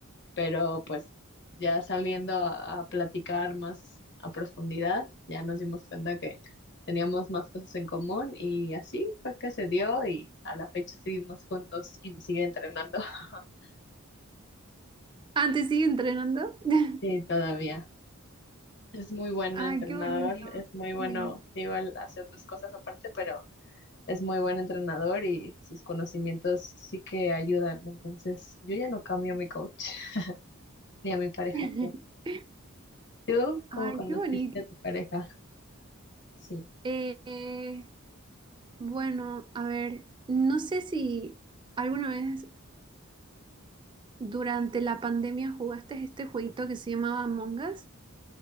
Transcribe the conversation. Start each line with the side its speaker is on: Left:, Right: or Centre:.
Left: pero pues ya saliendo a, a platicar más a profundidad, ya nos dimos cuenta que teníamos más cosas en común y así fue que se dio y a la fecha seguimos juntos y me sigue entrenando. <laughs>
Right: Ah, ¿te sigue entrenando? <laughs>
Left: Sí, todavía. Es muy bueno
Right: Ay,
Left: entrenador,
Right: qué bonito.
Left: es muy bueno,
Right: Qué bien.
Left: igual hace otras cosas aparte, pero es muy buen entrenador y sus conocimientos sí que ayudan. Entonces, yo ya no cambio a mi coach <laughs> ni a mi pareja,
Right: <laughs>
Left: creo. ¿Tú cómo
Right: Ay,
Left: conociste
Right: qué bonito.
Left: a tu pareja? Sí.
Right: Eh, eh, bueno, a ver, no sé si alguna vez durante la pandemia jugaste este jueguito que se llamaba Among Us.